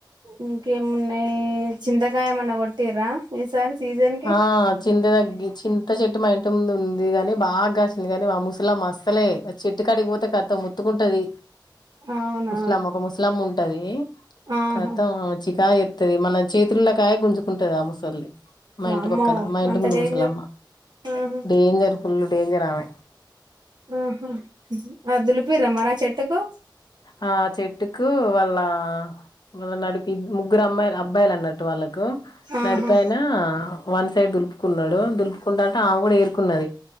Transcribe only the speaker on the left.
ఆ చింత తగ్గి చింత చెట్టు మా ఇంతకుముందు ఉంది గాని బాగాసింది కాని మా ముసలమ్మా ఆసలే చెట్టు కాడికి పోతే కరె ముత్తుకుంటది
ముసలమ్మ ఒక ముసలమ్మ ఉం ఉంటది
కతమ్ చిక్ కాయ ఎత్తది. మన చేతులకాయ గుంజుకుంటది అ ముసలది మా
ఇంటి పక్కన మా ఇంటి
ముందు
ముసలమ్మ
డేంజర్ ఫుల్ డేంజర్ ఆమె
ఆ చెట్టుకు వాళ్ళ ను నడిపి ముగ్గురు అమ్మాయిలు అబ్బాయిలు అన్నట్టు వాళ్ళకి గ్
నడిపాయినా వన్ సైడ్ దులుపుకున్నాడు దులుపు కుంటంటే ఆమె కూడా ఏరుకున్నది